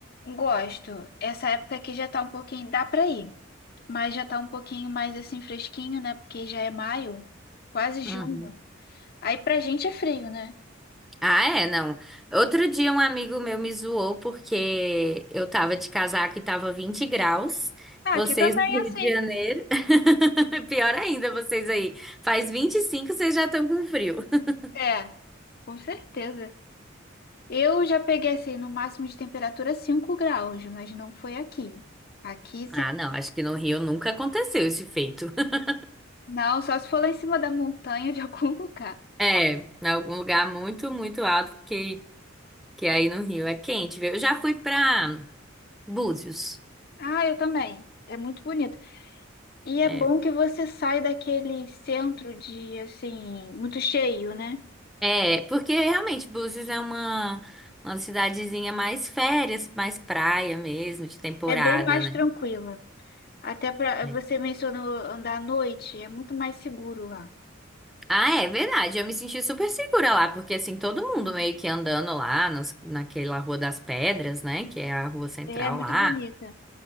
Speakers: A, on the left; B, in the centre.
A: Gosto. Essa época aqui já tá um pouquinho, dá pra ir, mas já tá um pouquinho mais assim fresquinho, né? Porque já é maio, quase junho.
B: Uhum.
A: Aí pra gente é frio, né?
B: Ah, é, não. Outro dia um amigo meu me zoou porque eu tava de casaco e tava 20 graus.
A: Ah,
B: Vocês
A: aqui também
B: no Rio
A: é assim.
B: de Janeiro. <laughs> Pior ainda, vocês aí. Faz 25 vocês já estão com frio. <laughs>
A: É, com certeza. Eu já peguei assim, no máximo de temperatura 5 graus, mas não foi aqui. Aqui, se...
B: Ah, não, acho que no Rio nunca aconteceu esse feito. <laughs>
A: não, só se for lá em cima da montanha de <laughs> algum lugar.
B: É, em algum lugar muito, muito alto, porque que aí no Rio é quente, viu? Eu já fui pra Búzios.
A: Ah, eu também. É muito bonito. E é
B: é,
A: bom que você sai daquele centro de, assim, muito cheio, né?
B: É, porque realmente Búzios é uma, uma cidadezinha mais férias, mais praia mesmo, de temporada,
A: É bem mais
B: né?
A: tranquila. Até para
B: É.
A: você mencionou andar à noite, é muito mais seguro lá.
B: Ah, é verdade. Eu me senti super segura lá, porque assim, todo mundo meio que andando lá nas, naquela Rua das Pedras, né? Que é a rua central
A: É muito
B: lá.
A: bonita.